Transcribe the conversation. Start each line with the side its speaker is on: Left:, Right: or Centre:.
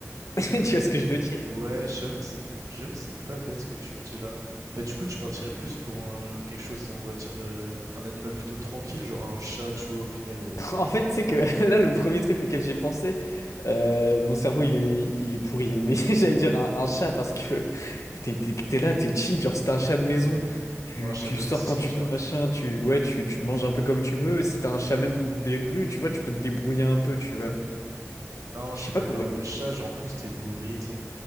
Left: <laughs> Tu vois ce que je veux dire?
Right: Ouais, j'avoue que c'est j'avoue que c'est pas bête ce que tu me dis là. Bah du coup, tu partirais plus pour un- quelque chose, on va dire euh, un animal plutôt tranquille, genre un chat, tu vois, au final euh,
Left: En fait, tu sais que <laughs> là, le premier truc auquel j'ai pensé, euh, mon cerveau, il est, il est pourri, hein, mais <laughs> j'allais dire un, un chat parce que <laughs> t'es, t'es- t'es là, t'es chill, genre c'est un chat de maison,
Right: ouais,
Left: tu,
Right: Ouais, un chat
Left: tu
Right: domestique,
Left: sors quand tu
Right: genre.
Left: veux, machin, tu, ouais, tu, tu manges un peu comme tu veux, si t'as un chat même des rues, tu vois, tu peux te débrouiller un peu, tu vois.
Right: Non,
Left: Je
Right: je suis
Left: sais
Right: d'accord,
Left: pas comment... ex-
Right: le chat, genre en plus t'es nourri,